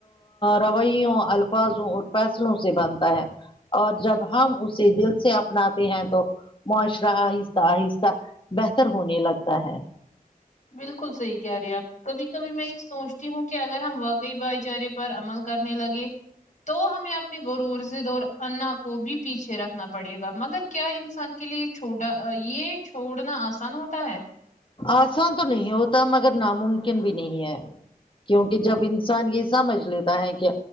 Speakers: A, on the left; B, on the left.
A: رویوں الفاظوں اور فیصلوں سے بنتا ہے اور جب ہم اسے دل سے اپناتے ہیں تو معاشرہ آہستہ آہستہ تر ہونے لگتا ہے
B: بالکل صحیح کہہ رہے ہیں آپ کبھی کبھی میں یے سوچتی ہوں کے اگر ہم واقعی بھائی چارے پر عمل کرنے لگے تو ہمیں اپنے غرور ضد اور انا کو بھی پیچھے رکھنا پڑے گا مگر کیا انسان کے لیے چھوٹا یے چھوڑنا آسان ہوتا ہے
A: آسان تو نہیں ہوتا مگر ناممکن بھی نہیں ہے کیونکی جب انسان یے سمجھ لیتا ہے کے